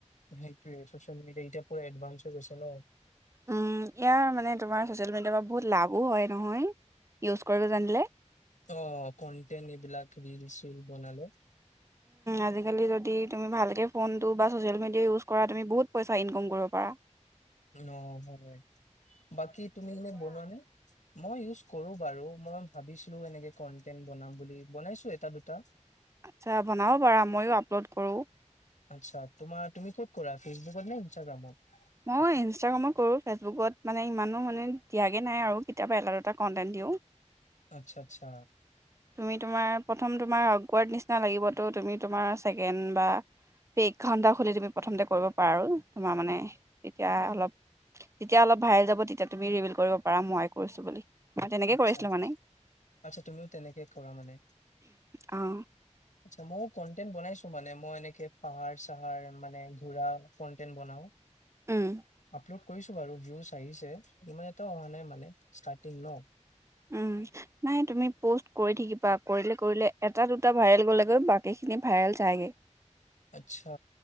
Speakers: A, on the left; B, on the right.
A: সেইটোৱে চচিয়েল মিডিয়া এতিয়া পোৰা এডভানস হৈ গৈছে ন।
B: উম ইয়াৰ মানে তোমাৰ ছচিয়েল মিডিয়াৰ পৰা বহুত লাভো হয় নহয় ইউজ কৰিব জানিলে
A: অ কনটেনট এইবিলাক ৰিল চিল বনালে
B: আজিকালি যদি তুমি ভালকে ফোনটো বা ছ'চিয়েল মিডিয়া ইউজ কৰা তুমি বহুত পইচা ইনকাম কৰিব পাৰা।
A: অহ হয় বাকী তুমি এনে বনোৱানে, মই ইউজ কৰো বাৰু মই ভাবিছো এনেকে কন্টেনট বনাম বুলি বনাইছো এটা দুটা
B: আচ্ছা বনাব পাৰা ময়ো আপলোড কৰোঁ।
A: আচ্ছা তোমাৰ তুমি ক'ত কৰা ফেচবুকত নে ইনষ্টাগ্ৰামত?
B: মই ইনষ্টাগ্ৰামত কৰোঁ ফেচবুকত মানে ইমানো মানে দিয়াগৈ নাই আৰু কেতিয়াবা এটা দুটা কণ্টেণ্ট দিওঁ।
A: আচ্ছা আচ্ছা
B: তুমি তোমাৰ প্ৰথম তোমাৰ অকৱাৰ্ড নিচিনা লাগিব তো তুমি তোমাৰ ছেকেণ্ড বা পেক্ষ খুলি তুমি প্ৰথমতে কৰিব পাৰা তোমাৰ মানে তেতিয়া অলপ যেতিয়া অলপ ভাল যাব তেতিয়া তুমি ৰিভিল কৰিব পাৰা মই কৰিছো বুলি। মই তেনেকে
A: আতছা
B: কৰিছিলোঁ মানে
A: আতচা তুমি তেনেকে কৰা মানে
B: অ',
A: আতচা মই কনতেন বনাইছো মানে মই এনেকে পাহাৰ চাহাৰ মানে ঘোঁৰা কনটেন বনাও
B: উম
A: আপলোড কৰিছো বাৰু ভিউজ আহিছে ইমান এটাও অহা নাই মানে ষ্টাৰ্টিং ন
B: উম নাই তুমি পষ্ট কৰি থাকিবা বা কৰিলে কৰিলে এটা দুটা ভাইৰেল গ'লেগৈ বাক সেইখিনিত ভাইৰেল খাইগে
A: আচ্ছা,